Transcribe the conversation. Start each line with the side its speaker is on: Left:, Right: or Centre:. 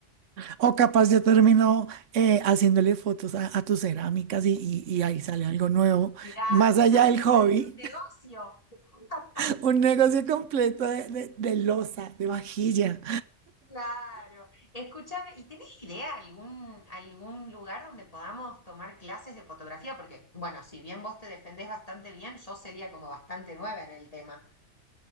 Right: O capaz ya terminó eh, haciéndole fotos a, a tus cerámicas y, y- y ahí sale algo nuevo.
Left: Mirá,
Right: Más
Left: de acá
Right: allá
Left: puede
Right: del hobby,
Left: salir un negocio. <laughs>
Right: <laughs> un negocio completo de, de, de loza, de vajilla.
Left: Claro. Escúchame, ¿y tenés idea algún algún lugar donde podamos tomar clases de fotografía? Porque, bueno, si bien vos te defendés bastante bien, yo sería como bastante nueva en el tema.